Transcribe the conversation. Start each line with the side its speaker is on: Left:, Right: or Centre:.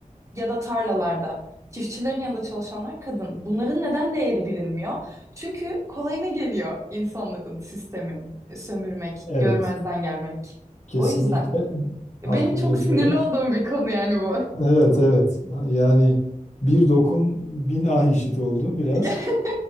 Right: ya da tarlalarda. Çiftçilerin yanında çalışanlar kadın. Bunların neden değeri bilinmiyor? Çünkü kolayına geliyor insanların, sistemin e, sömürmek,
Left: Evet.
Right: görmezden gelmek.
Left: Kesinlikle
Right: O yüzden benim
Left: haklı
Right: çok
Left: veriyorum.
Right: sinirli olduğum bir konu yani bu.
Left: Evet evet. Yani bir dokun bin ah işit oldu biraz.
Right: <laughs>